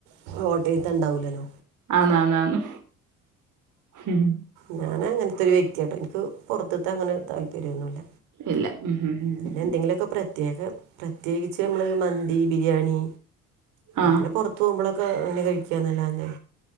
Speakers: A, on the right; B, on the right.
A: <unintelligible> ചെയ്തണ്ടാവില്ലല്ലോ.
B: ആന്നാ ന്നാന്ന്‌. ഉം.
A: ഞാൻ അങ്ങനത്തെ ഒരു വ്യക്തിയാട്ടോ എനിക്ക് പുറത്തിത്തെ അങ്ങനെ താല്പര്യന്നുല്ല.
B: ഇല്ല ഉം ഉം ഉം
A: പിന്നെ
B: ഉം
A: എന്തെങ്കിലുക്കെ പ്ര - പ്രത്യേക പ്രത്യേകിച്ച് നമ്മള് മന്തി ബിരിയാണി
B: ഉം ആഹ്
A: അങ്ങനെ പുറത്ത്- വുമ്പോളക്കെ ഇങ്ങനെ കഴിക്കാ എന്നല്ലാതെ.